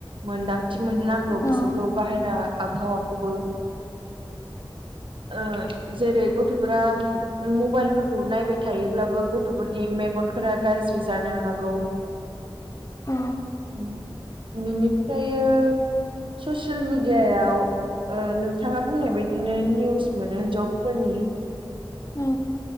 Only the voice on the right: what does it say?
मोनदां थि मोनहो नांगौ बिसोरखौ
बाहेरा आबहावाखौबो। ओ जेरै गथ'फोरा उम मबाइलफोरखौ नायबाय थायोब्लाबो गथ'फोरनि मेगनफोरा गाज्रि जानो हागौ।
उम बिनिफ्रायो ससियेल मिडियायाव ओ नोंथाङा बुंनाय बायदिनो निउस मोनो जबफोरनि।